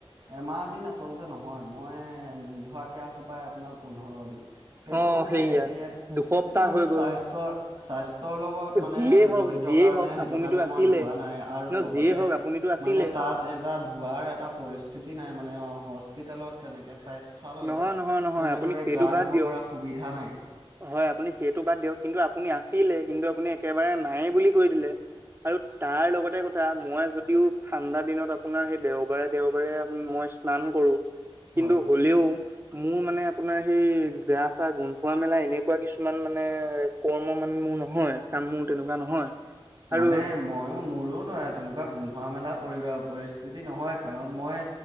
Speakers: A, on the right; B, on the right.
A: এমাহ দিন আচলতে নহয় মই নুধুৱাকে আছোঁ প্ৰায় আপোনাৰ পোন্ধৰ দিন। সেইটো
B: অ
A: মানে
B: সেইয়া
A: ইয়াত
B: দুসপ্তাহ
A: সেইটো মানে
B: হৈ গ'ল
A: স্বাস্থ্যৰ স্বাস্থ্যৰ লগ ত মানে
B: যিয়েই হওক
A: জড়িত
B: যিয়েই
A: কাৰণে
B: হওক
A: সেইটো
B: আপুনিতো
A: কাৰণে
B: আছিলে
A: মই ধোৱানাই আৰু
B: ন
A: লগতে
B: যিয়ে হওক আপুনিতো আছিলে
A: মানে তাত এটা ধুৱাৰ এটা পৰিস্থিতি নাই মানে অ হস্পিটেলত তেনেকে স্বাস্থ লয়ত
B: নহয় নহয় নহয়
A: তেনেদৰে
B: আপুনি সেইটো
A: গা
B: বাদ
A: ধুব
B: দিয়ক
A: পৰা সুবিধা নাই
B: হয় আপুনি সেইটো বাদ দিয়ক কিন্তু আপুনি আছিলে কিন্তু আপুনি একেবাৰে নায়ে বুলি কৈ দিলে আৰু তাৰ লগতে কথা মই যদিও ঠাণ্ডা দিনত আপোনাৰ সেই দেওবাৰে দেওবাৰে আপো মই স্নান কৰোঁ কিন্তু
A: হয়
B: হ'লেও মোৰ মানে আপোনাৰ সেই গা চা গোন্ধোৱা মেলা এনেকুৱা কিছুমান মানে কৰ্ম মানে মোৰ নহয়, কাম মোৰ তেনেকুৱা নহয় আৰু
A: মানে ময়ো মোৰো নহয় তেনেকুৱা গোন্ধোৱা মেলা পৰি পৰিস্থিতি নহয় কাৰণ মই